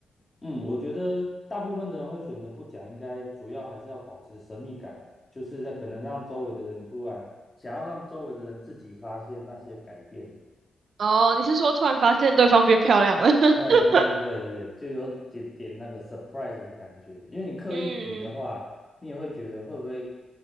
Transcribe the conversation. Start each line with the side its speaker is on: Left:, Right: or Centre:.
Left: 嗯，我觉得大部分的人会选择不讲，应该主要还是要保持神秘感啊，就是在可能让周围的人突然想要让周围的人自己发现那些改变。
Right: 哦，你是说突然发现对方变漂亮了？<laughs>
Left: 呃，对对对对，就有点点那个 surprise 的感觉，因为你刻意提的话，
Right: 嗯，
Left: 你也会觉得会不会，